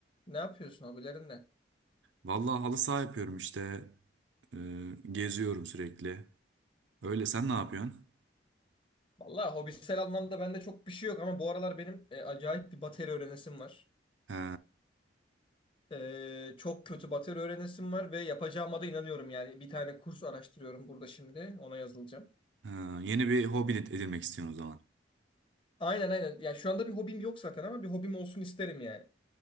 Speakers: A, on the left (about 25°); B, on the right (about 75°).
A: Ne yapıyorsun hobilerinde?
B: Valla halı saha yapıyorum işte Ee, geziyorum sürekli. Öyle sen ne yapıyorsun?
A: Vallahi hobisel anlamda bende çok bir şey yok ama bu aralar benim e, acayip bir bateri öğrenesim var.
B: He,
A: E, çok kötü bateri öğrenesim var ve yapacağıma da inanıyorum yani. Bir tane kurs araştırıyorum burada şimdi. Ona yazılacağım.
B: he, yeni bir hobi edinmek istiyorsun o zaman.
A: Aynen aynen. Ya şu anda bir hobim yok zaten ama bir hobim olsun isterim yani.